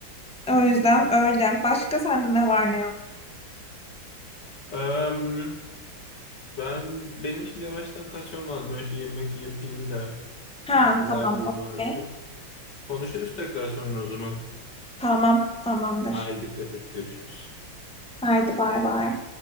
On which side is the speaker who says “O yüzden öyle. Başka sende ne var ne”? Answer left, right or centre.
Centre